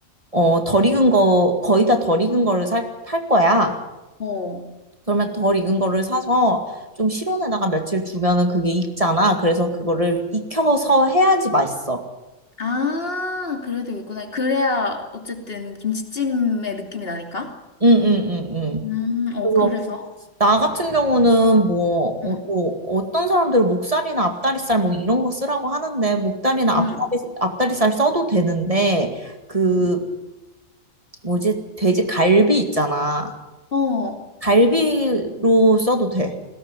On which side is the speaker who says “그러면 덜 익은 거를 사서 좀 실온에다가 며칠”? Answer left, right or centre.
Right